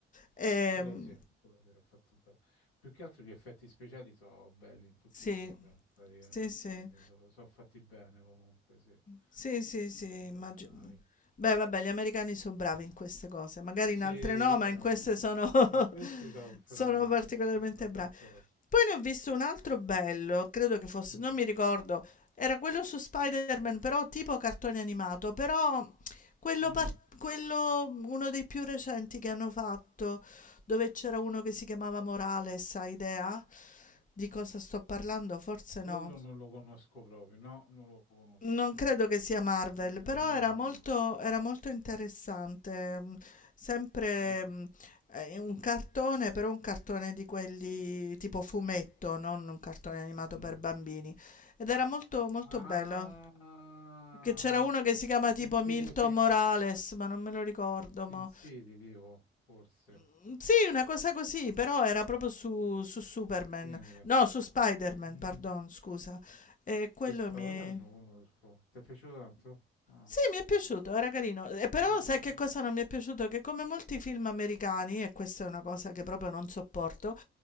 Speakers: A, on the left; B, on the left.
A: Ehm,
B: Quello sì, quello sì, è fatto bene. Più che altro gli effetti speciali sono belli in tutti
A: sì,
B: i film, praticamente,
A: sì, sì.
B: quindi sono fatti bene comunque, sì.
A: Sì, sì,
B: Non sono
A: sì,
B: come
A: immagino.
B: banali.
A: Beh, vabbè, gli americani sono bravi in queste cose, magari
B: Sì,
A: in altre
B: eh,
A: no, ma in queste sono, <laughs>
B: in questi sono fenomenali,
A: sono particolarmente
B: sì, sono d'accordo.
A: bravi. Poi ne ho visto un altro bello, credo che fosse,
B: Mm,
A: non mi ricordo, era quello su Spider-Man, però tipo cartone animato, però quello,
B: mm.
A: par- quello, uno dei più recenti che hanno fatto, dove c'era uno che si chiamava Morales, hai idea? Di cosa sto parlando? Forse
B: Quello
A: no.
B: non lo conosco proprio, no, non lo conosco,
A: Non
B: non
A: credo
B: lo conosco.
A: che sia Marvel,
B: Non mi, non
A: però
B: mi viene
A: era
B: in
A: molto,
B: mente.
A: era molto interessante. mm, Sempre
B: Mm,
A: mm, eh, un cartone, però un cartone di quelli tipo fumetto, non un cartone animato
B: mm.
A: per bambini. Ed era molto, molto
B: Ah,
A: bello. Che c'era uno
B: ok.
A: che si chiama tipo
B: Sì, tipo
A: Milton
B: si,
A: Morales, ma non me lo ricordo.
B: si
A: mo.
B: insidi, tipo, forse,
A: Mm, Sì, una cosa così, però era proprio su, su Superman.
B: simile.
A: No, su Spider-Man,
B: Mm.
A: pardon, scusa. E quello
B: Tu sparo,
A: mi è...
B: lo sai che non lo conosco? Ti è piaciuto tanto? Ah,
A: Sì, mi è piaciuto, era carino. E però
B: ah,
A: sai
B: mm.
A: che cosa non mi è piaciuto? Che come molti film americani, e questa è una cosa che proprio non sopporto,